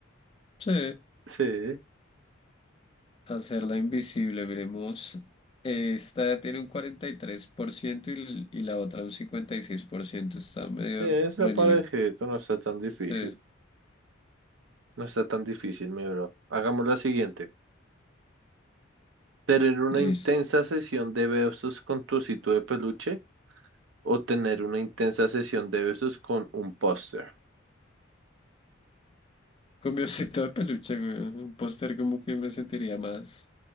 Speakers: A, on the left; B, on the right.
A: Sí.
B: Sí,
A: Hacerla invisible, miremos. Esta tiene un cuarenta y, tres por ciento y, l- y la otra un cincuenta y seis por ciento Está medio
B: sí, esa
A: reñida.
B: parejito no está tan difícil,
A: Sí,
B: no está tan difícil, mi bro. Hagamos la siguiente. Tener una
A: listo.
B: intensa sesión de besos con tu osito de peluche o tener una intensa sesión de besos con un póster.
A: Con mi osito de peluche, güey, un póster como que me sentiría más,